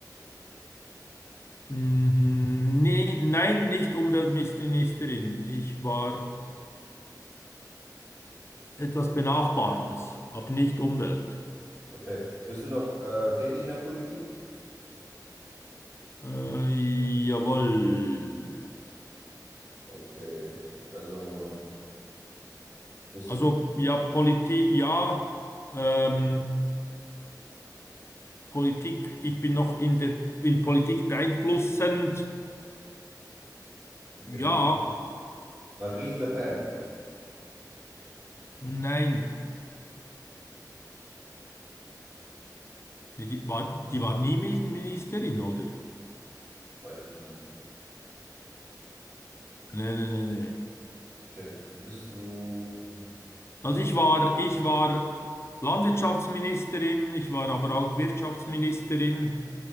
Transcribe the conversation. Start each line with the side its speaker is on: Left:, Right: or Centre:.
Left: mm, nee, nein, nicht Umweltministerin. Ich war etwas Benachbartes, aber nicht Umwelt.
Right: Okay. Bist du noch äh, tätig in der Politik?
Left: Äh, jawohl.
Right: Okay. Also bist
Left: Also
Right: du,
Left: ja, Politik, ja, ähm, Politik, ich bin noch in der in Politik beeinflussend.
Right: okay, du
Left: Ja,
Right: bist Marine Le Pen.
Left: nein. Die, die war, die war nie Mi- Ministerin, oder?
Right: Das weiß ich nicht.
Left: Nee, nee, nee, nee.
Right: Okay, bist du.
Left: Also ich war, ich war Landwirtschaftsministerin, ich war aber auch Wirtschaftsministerin,